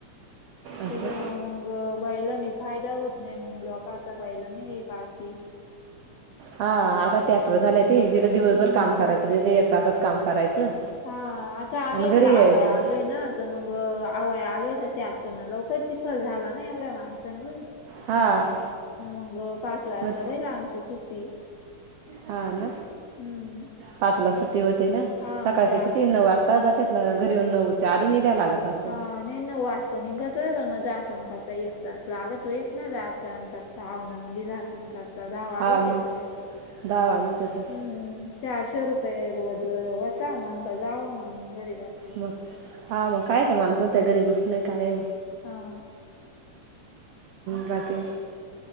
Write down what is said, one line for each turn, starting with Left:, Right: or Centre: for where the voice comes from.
Right: असं
Left: त्याच्यामु मग मग बैलानी फायदा होत नाही मग लोक आता बैलानी पाळती
Right: हा आता ट्रॅक्टर झाले ते जिढं दिवसभर
Left: हम्म.
Right: काम करायचं तिथे एक तासात काम करायचं
Left: हा आता आम्ही
Right: आणि घरी
Left: इकडे आव
Right: यायचं
Left: आलोय ना तर मग आवय आलवायच त्या आटरना लवकर चिखल झाला ना एवढ्या माणस सं
Right: हा
Left: मग पाच वाजता
Right: मग
Left: होईल आमची सुट्टी
Right: हा ना
Left: हम्म
Right: पाचला सुट्टी होते ना
Left: हा
Right: सकाळशी
Left: अच्छा.
Right: किती नऊ वाजता जाते घरी नऊच्या आधी नि द्या लागत असं
Left: हा नाही ना वाजता निघत होय पण मग जाताण करता एक तास लागत होईच ना जाताण करता आवन म जात करता दहा वाज
Right: हा
Left: त्याचच
Right: मग दहा वाजत होते
Left: हम्मम् चारशे रुपये रोज होता म्हण जावा मग घरी बसायचं
Right: मग
Left: तर.
Right: हा मग कायच माणूस नत गरीब असून काय
Left: हा
Right: बाकी